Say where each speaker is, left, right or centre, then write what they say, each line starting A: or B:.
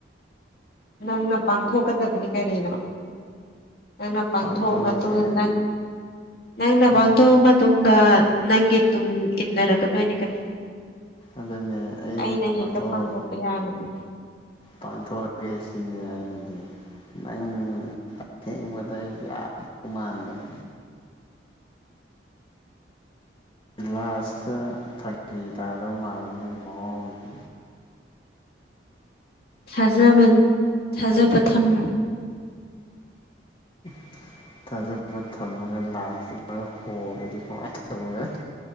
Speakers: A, on the left (about 55°); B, on the left (about 30°).
A: ꯅꯪꯅ ꯄꯥꯡꯊꯣꯛꯀꯗꯕꯅꯤ ꯀꯔꯤꯅꯣ ꯅꯪꯅ ꯄꯥꯡꯊꯣꯛꯑ
B: ꯄꯥꯡꯊꯣꯛꯑꯁꯦ
A: ꯃꯇꯨꯡꯗ ꯅꯪ ꯅꯪꯅ
B: ꯎꯝ
A: ꯄꯥꯡꯊꯣꯛꯑ ꯃꯠ ꯇꯨꯡꯗ ꯅꯪꯒꯤ ꯇꯨꯡ ꯏꯟꯅꯔꯛꯀꯗꯣꯏꯅꯦ ꯀꯔꯤꯅꯣ
B: ꯑꯗꯨꯅꯦ ꯑꯩꯁꯦ
A: ꯑꯩꯅ
B: ꯄꯥꯡꯊꯣꯛꯑ
A: ꯍꯦꯛꯇ ꯄꯥꯡꯊꯣꯛꯄ ꯌꯥꯒꯗ꯭ꯔꯥ
B: ꯄꯥꯡꯊꯣꯛꯑꯒꯦ ꯁꯤꯅꯦ ꯑꯩꯅꯗꯤ ꯅꯪ ꯑꯊꯦꯡꯕꯗ ꯌꯥꯗꯧ ꯃꯥꯟꯗꯕ ꯂꯥꯁ꯭ꯠꯇ ꯐꯥꯒꯤ ꯇꯥꯗꯧ ꯃꯥꯜ ꯅꯪ ꯃꯑꯣꯡꯁꯤ
A: ꯊꯥꯖꯕꯅꯤ ꯊꯥꯖꯕ ꯊꯝꯃꯨ
B: <inaudible> ꯊꯥꯖꯕ ꯊꯝꯃꯒꯦ ꯂꯥꯁ꯭ꯠꯇ ꯂꫭꯏ ꯍꫭꯔꯥꯗꯤ ꯀꯃꯥꯏ ꯇꯧꯅꯤ